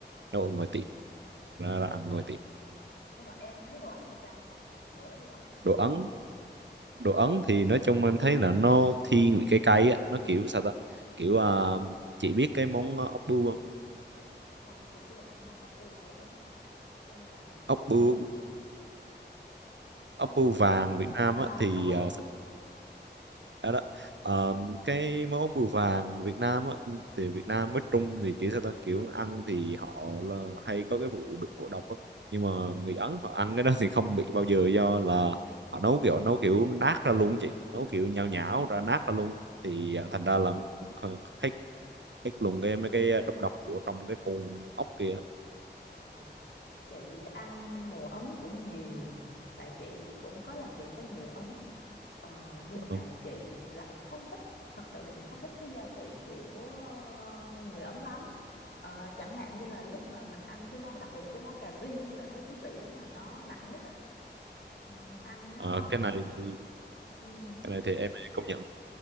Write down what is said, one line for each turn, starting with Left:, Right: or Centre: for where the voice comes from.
Right: nấu ở ngoài tiệm
Left: ờ.
Right: ra, ra ăn ngoài tiệm
Left: nhưng mà em thấy đồ Ấn thì sao bữa đi ăn thấy thì
Right: đồ
Left: sao
Right: Ấn đồ Ấn thì nói chung em thấy là nó thiên vị cái cay á nó kiểu sao ta kiểu à, chị biết cái món ờ, ốc bươu không
Left: ờ, chị chưa ăn món ốc bu của Ấn nhưng mà chị
Right: ốc
Left: ăn
Right: bươu
Left: mấy
Right: ốc
Left: ốc
Right: bươu vàng Việt Nam
Left: à,
Right: á thì
Left: à ốc bốc
Right: à,
Left: biến
Right: Dạ đó. Ờ, cái món bùi vàng Việt Nam á, thì Việt Nam với Trung thì kiểu sao ta kiểu ăn thì họ là hay có cái vụ bị ngộ độc á. Nhưng mà người Ấn họ ăn cái đó thì không bị bao giờ do là họ nấu kiểu nấu kiểu nát ra luôn á chị nấu kiểu nhão nhão ra nát ra luôn á. thì ờ, thành ra là cũng kh- hết hết luôn cái mấy cái độc độc của trong cái con ốc kia á.
Left: Ờ chị ăn đồ Ấn cũng nhiều tại chị cũng có làm việc với người Ấn ờ, nhưng
Right: Dạ
Left: mà
Right: vâng.
Left: chị lại không thích thật sự là chị không thích cái gia vị của ờ, người Ấn lắm Ờ, chẳng hạn như là lúc mà mình ăn cái món đặc biệt là cái món cà ri á, là thấy cái vị đó là nó nặng nhất á Ừ, ăn nó
Right: Ờ, cái này thì
Left: ừ,
Right: cái này thì em công nhận